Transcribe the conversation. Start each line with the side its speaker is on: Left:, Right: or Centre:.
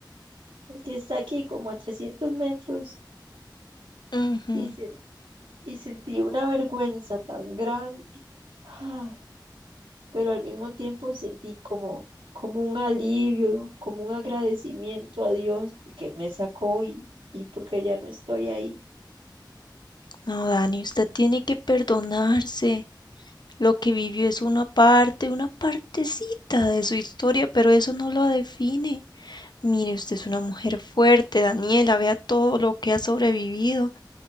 Right: el que está aquí como a 300 metros.
Left: Ujú.
Right: Y, sen- y sentí una vergüenza tan grande, ay, pero al mismo tiempo sentí como, como un alivio, como un agradecimiento a Dios porque me sacó y, y porque ya no estoy ahí.
Left: No, Dani, usted tiene que perdonarse. Lo que vivió es una parte, una partecita de su historia, pero eso no lo define. Mire, usted es una mujer fuerte, Daniela, vea todo lo que ha sobrevivido,